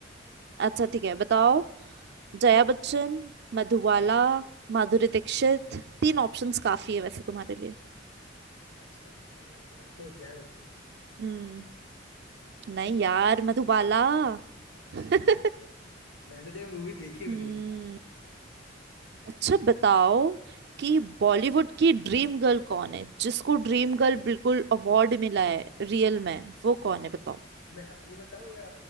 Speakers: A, on the right; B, on the left.
A: अच्छा ठीक है बताओ जया बच्चन मधुबाला
B: हूँ
A: माधुरी दीक्षित तीन ऑप्शंस काफी है वैसे तुम्हारे लिए
B: अच्छा आ, तो जया बच्चन
A: हम्म नहीं यार मधुबाला
B: अच्छा
A: <laughs>
B: मैंने तो ये मूवी देखी भी
A: हम्म
B: नहीं
A: अच्छा बताओ कि
B: हाँ।
A: बॉलीवुड की ड्रीम गर्ल कौन है जिसको ड्रीम गर्ल बिल्कुल अवार्ड मिला है रियल में वो कौन
B: अच्छा
A: है बताओ
B: मैं अपनी बताऊं या